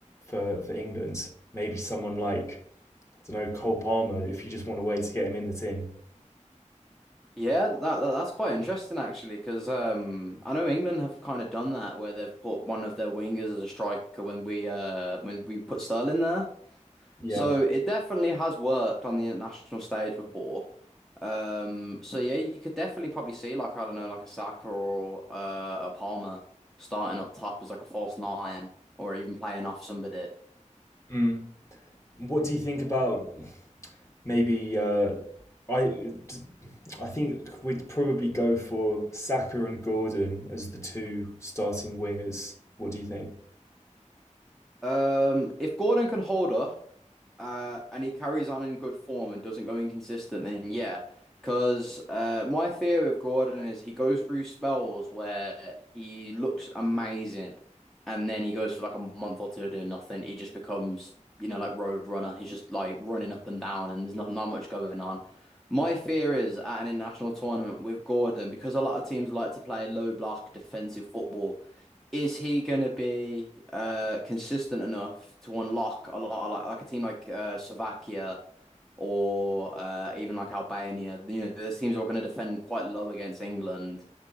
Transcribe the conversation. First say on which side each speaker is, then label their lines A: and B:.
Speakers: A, on the left (about 20°); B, in the centre.
A: for for England. Maybe someone like I don't know Cole Palmer, if you just want a way to get him in the team.
B: Yeah, that, that that's quite interesting actually, because um, I know England have kind of done that where they've put one of their wingers as a striker when we uh when we put Sterling there.
A: Yeah.
B: So it definitely has worked on the international stage before. Um, so yeah, you could definitely probably see like I don't know, like a Saka or uh, a Palmer starting up top as like a false nine or even playing off somebody.
A: Mm. What do you think about maybe uh, I I think we'd probably go for Saka and Gordon as the two starting wingers. What do you think?
B: Um, if Gordon can hold up. uh, and he carries on in good form and doesn't go inconsistent, then yeah. Because uh, my fear with Gordon is he goes through spells where he looks amazing, and then he goes for like a month or two doing nothing. He just becomes, you know, like road runner. He's just like running up and down, and there's not not much going on. My fear is at an international tournament with Gordon, because a lot of teams like to play low block defensive football is he going to be uh, consistent enough to unlock a lot of like, like a team like uh, Slovakia or uh, even like Albania? You know, those teams are going to defend quite low against England.